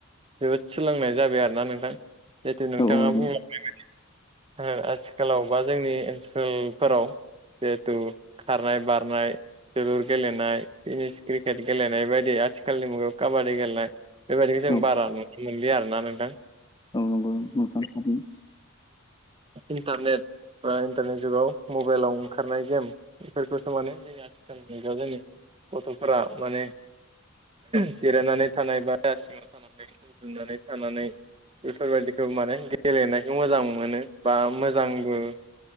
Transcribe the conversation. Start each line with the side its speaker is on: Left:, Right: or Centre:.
Right: जोबोद सोलोंनाय जाबाय आरोना नोंथां जिथु नोंथाङा
Left: औ नंगौ
Right: बुंलांनाय आथिखालाव बा जोंनि ओनसोलफोराव जिहेथु खारनाय बारनाय जोलुर गेलेनाय टेनिस क्रिकेट गेलेनाय बायदि आथिखालनि मुगायाव काबादि गेलेनाय बेबायदिखौ जों
Left: औ
Right: बारा नुनो मोनलि आरोना नोंथां
Left: <unintelligible>
Right: इन्टारनेट बा इन्टारनेट जुगाव मबाइलाव ओंखारनाय गेम बेफोरखौसो माने जोंनिया <unintelligible> मुगायाव जोंनि गथ'फोरा माने जिरायनानै थानाय बा सिङाव थानाय उन्दुनानै थानानै बेफोरबायाददिखौ माने गेलेनायखौ मोजां मोनो। बा मोजांबो